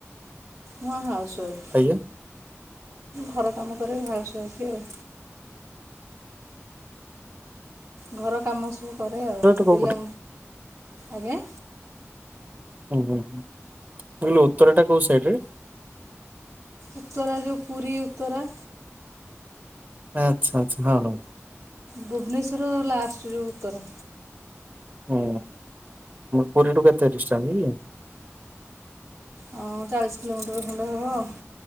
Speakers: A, on the right; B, on the right.
A: ମୁଁ ହାଉସ୍ ୱାଇଫ୍।
B: ଆଜ୍ଞା
A: ଘର କାମ କରେ ହାଉସ୍ ୱାଇଫ ଆଉ। ଘର କାମ ସବୁ କରେ ଆଉ
B: ଉତ୍ତରାଟା କୋଉ
A: ପିଲା
B: ପଟେ
A: ଆଜ୍ଞା
B: ହୁଁ ହୁଁ କଲୁ ଉତ୍ତର ଟା କୋଉ ସାଇଡ ରେ?
A: ଉତ୍ତରା ଯେଉଁ ପୁରୀ ଉତ୍ତରା
B: ଆଚ୍ଛା ଆଚ୍ଛା ହଁ ହଁ
A: ଭୁବନେଶ୍ୱର ଲାଷ୍ଟ ଯେଉ ଉତ୍ତରା
B: ହୁଁ ପୁରୀଠୁ କେତେ ଡିଷ୍ଟାନ୍ସ କି?
A: ହଁ ଚାଳିଶ କିଲୋମିଟର ଖଣ୍ଡେ ହବ ଆଉ।